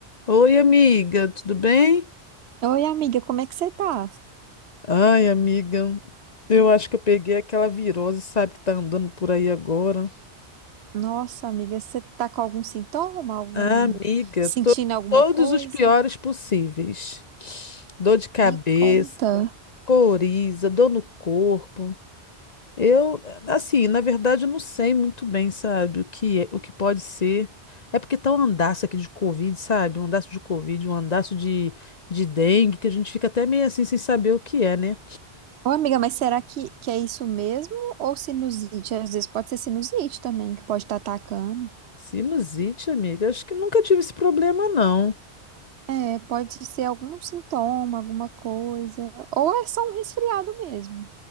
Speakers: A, on the left; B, on the right.
A: Oi, amiga, tudo bem?
B: Oi, amiga, como é que você tá?
A: Ai, amiga, eu acho que eu peguei aquela virose, sabe, que tá andando por aí agora.
B: Nossa, amiga, você tá com algum sintoma? Algum...
A: Ah, amiga,
B: Sentindo
A: to-
B: alguma
A: todos
B: coisa?
A: os piores possíveis. Dor de cabeça,
B: Me conta.
A: coriza, dor no corpo. Eu, assim, na verdade, eu não sei muito bem, sabe, o que é, o que pode ser. É porque tá um andaço aqui de Covid, sabe? Um andaço de Covid, um andaço de, de dengue, que a gente fica até meio assim sem saber o que é, né?
B: Ô, amiga, mas será que, que é isso mesmo? Ou sinusite? Às vezes pode ser sinusite também, que pode estar atacando.
A: Sinusite, amiga, acho que nunca tive esse problema, não.
B: É, pode ser algum sintoma, alguma coisa. Ou é só um resfriado mesmo.